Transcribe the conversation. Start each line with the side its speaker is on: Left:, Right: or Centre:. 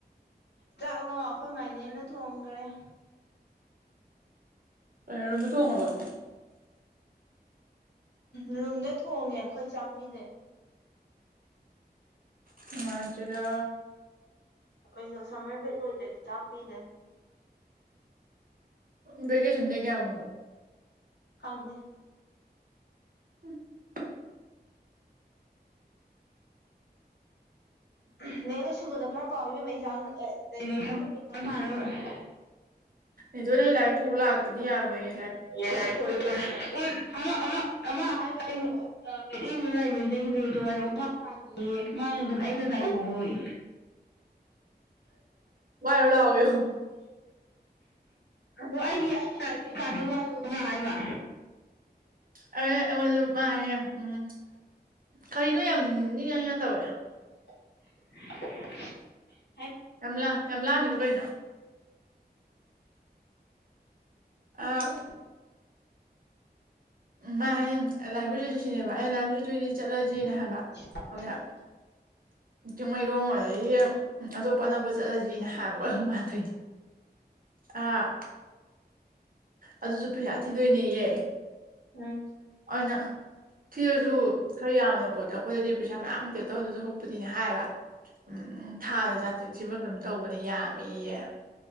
Left: ꯆꯥꯛꯂꯣ ꯑꯩꯈꯣꯏ ꯃꯥꯏ ꯅꯦꯝꯅ ꯊꯣꯡꯈꯔꯦ
Right: ꯔꯨꯝꯗ ꯊꫭꯡ ꯉꯕꫭ
Left: ꯔꯨꯝꯗ ꯊꯣꯡꯉꯦ ꯑꯩꯈꯣꯏ ꯆꯥꯛꯄꯤꯗꯦ
Right: ꯅꯨꯡꯉꯥꯏꯇ‌ꯦꯗ
Left: ꯑꯩꯈꫭꯏꯖꯨ ꯁꯝꯃꯔ ꯕꯦꯛ ꯑꯣꯏꯗꯗꯤ ꯆꯥꯛ ꯄꯤꯗ‌ꯦ
Right: ꯕ‌ꯦꯀ‌ꯦꯁꯟꯗꯤ ꯀꯌꯥꯕꯧꯅꫭ
Left: ꯈꯪꯗꯦ
Right: <unintelligible>
Left: ꯂꯥꯏꯔꯤꯛ ꯂꯥꯏꯁꯨꯒꯥꯗꫭ ꯈꯔ ꯄꯥꯎ ꯏꯕꯝꯃ ꯑꯦꯛꯖꯥꯡ ꯀꯩꯅꯣ ꯊꯕꯛꯀꯤ ꯑ‌ꯦꯛꯖꯥꯝ ꯌꯥꯅꯕ
Right: ꯏꯗꯣꯅ ꯑꯩ ꯂꯥꯏꫪꯤꯛ ꯄꯨꯂꯛꯇ꯭ꫪꯥꯗꯤ ꯌꯥꯕꫭꯌ‌ꯦ
Left: <unintelligible> ꯑꯃ ꯑꯃ ꯑꯃ ꯍꯥꯏꯕꯥꯏꯕꯨ ꯑ ꯀꯩꯗꯣꯅꯤ ꯂꯥꯏꯕ꯭ꯔꯦꯔꯤꯗꯒꯤ ꯂꯩꯁꯨ ꯃꯃꯥ ꯃꯄꯥꯒꯤ ꯃꯥꯡꯉꯒꯅ ꯑꯩꯅ ꯗꯥꯏꯇ ꯑꫭꯏ
Right: ꯋꯥꯏꯔꯨ ꯂꯥꯛꯑꫭꯌꯨ
Left: ꯍꫭ ꯑꯩꯒꯤ ꯑꯩꯒꯤ ꯂꯥꯏꯕꯤꯔꯤ ꯀꯥꯁ‌ꯦ ꯋꯥꯋꫭꯌ‌ꯦ ꯃꯥ ꯍꯥꯏꯕ
Right: ꯑꯅ‌ꯦ ꯑꯩꯉꫭꯟꯗꯁꯨ ꯃꯥ ꯍꯥꯏꯅ‌ꯦ ꯀꯔꯤꯅꯣ ꯌꯥꯝ ꯅ‌ꯦꯅ ꯅ‌ꯦꯅ ꯇꯧꯋꯦ
Left: <unintelligible>
Right: ꯌꯥꯝ ꯂꯥ ꯌꯥꯝ ꯂꯥꯡꯉꯤꯗꫭ ꯀꯩꯅꯣ ꯑ
Left: ꯍꯥꯏꯔꯛꯑꯣ
Right: ꯃꯥ ꯍꯥꯏꯅꯤ ꯂꯥꯏꯕ꯭ꯔꯦꯔꯤ ꯁꯤꯅꯦꯕ ꯑꯩꯅ ꯂꯥꯏꯕ꯭ꯔꯦꯔꯤꯗ ꯆꯠꯇꫭꯏꯗꯤ ꯆꯠꯂꯖꯤ
Left: ꯎꯝ
Right: ꯍꯥꯏꯕ ꯑꯗꯨꯗ
Left: <inaudible>
Right: ꯆꯤꯡꯃꯩꯔꯣꯡ ꯑꫭꫪꯗꯤ ꯑꯇꯣꯞꯄ ꯑꯅꯛꯄ ꯆꯠꯂꯖꯤꯅ ꯍꯥꯏꯕꯒꯀꫭ ꯃꯥꯟꯅꯇꯧꯅꯦ ꯑꯥ ꯑꯗꯨꯁꯨ ꯄꯩꯁꯥ ꯊꯤꯗꯣꯏꯅꯦꯌꯦ
Left: ꯎꯝ
Right: ꯑꯣꯏꯅ ꯁꯤꯔꯁꯨ ꯈꯔ ꯌꯥꯝꯅ ꯄꯣꯠꯇ ꯑꯩꯈꯣꯏꯗꯗꯤ ꯄꯩꯁꯥ ꯃꯌꯥꯝꯛꯇ ꯇꯧꯗꯁꯨ ꯍꯧꯛꯄꯗꯤꯅꯦ ꯍꯥꯏꯌꯦꯕ ꯎꯝ ꯊꯥꯗ ꯖꯥꯇꯤ ꯊꯤꯕ ꯑꯗꯨꯝ ꯇꯧꯕꯅꯦ ꯌꯥꯝꯃꯤꯌꯦꯦ